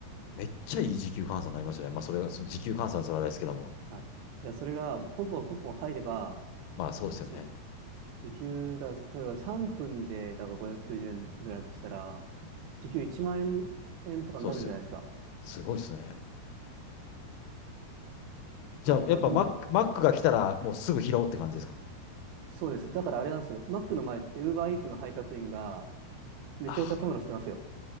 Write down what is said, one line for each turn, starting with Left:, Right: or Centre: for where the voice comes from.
Left: めっちゃいい時給換算になりますよね。まあ、それが、その時給換算はそれはあれですけども。
Right: はい。いや、それが、ポンポンポンポン入れば、
Left: まあ、そうですよね。
Right: じ、時給だ、例えば3分で、だから590円ぐらいだとしたら、時給1万円、円とかになるんじゃないですか。
Left: そうですよね。すごいっすね。じゃあ、
Right: はい。まあでも、
Left: やっぱマック、マックが来たらもうすぐ拾うって感じですか
Right: そうです。だからあれなんですよ。マックの前って、ウーバーイーツの配達員が、めちゃめちゃたむろしてますよ。
Left: あ